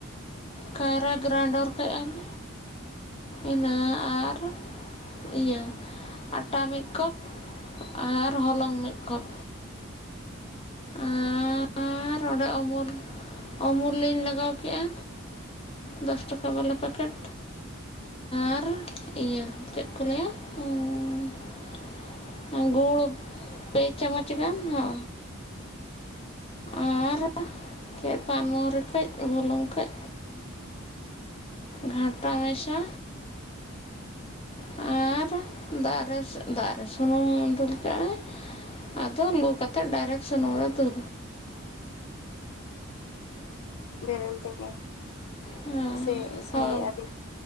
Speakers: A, on the left (about 30°); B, on the left (about 85°).
A: ᱠᱟᱭᱨᱟ ᱜᱨᱟᱱᱰᱚᱨ ᱠᱮᱜᱼᱟ ᱞᱤᱧ ᱤᱱᱟᱹ ᱟᱨ ᱤᱭᱟᱹ ᱟᱴᱟ ᱢᱤᱫ ᱠᱚᱯ ᱟᱨ ᱦᱚᱞᱚᱝ ᱢᱤᱫ ᱠᱚᱯ ᱟᱨ ᱚᱸᱰᱮ ᱚᱢᱩᱞ ᱚᱢᱩᱞ ᱞᱤᱧ ᱞᱟᱜᱟᱣ ᱠᱮᱜᱼᱟ ᱫᱚᱥ ᱴᱟᱠᱟ ᱵᱟᱞᱟ ᱯᱮᱠᱮᱴ ᱟᱨ ᱤᱭᱟᱹ ᱪᱮᱫ ᱠᱚ ᱞᱟᱹᱭᱟ ᱩᱩᱸ ᱜᱩᱲ ᱯᱮ ᱪᱟᱢᱚᱪ ᱜᱟᱱ ᱦᱚ ᱟᱨ ᱠᱟᱹᱡ ᱯᱟᱱᱢᱚᱨᱤ ᱠᱟᱹᱡ ᱵᱩᱞᱩᱝ ᱠᱟᱹᱡ ᱜᱷᱟᱱᱴᱟ ᱢᱮᱥᱟ ᱟᱨ ᱫᱟᱜ ᱨᱮ ᱫᱟᱜ ᱨᱮ ᱥᱩᱱᱩᱢ ᱫᱩᱞ ᱠᱟᱜᱼᱟᱭ ᱟᱫᱚ ᱞᱩ ᱠᱟᱛᱮᱫ ᱰᱟᱭᱨᱮᱠ ᱥᱩᱱᱩᱢ ᱨᱮ ᱫᱩᱞ
B: ᱵᱮᱨᱮᱞ ᱛᱮᱜᱮ
A: ᱦᱮᱸ
B: ᱥᱮ ᱤᱥᱤᱱ
A: ᱦᱳᱭ
B: ᱞᱮᱜᱼᱟ ᱵᱤᱱ?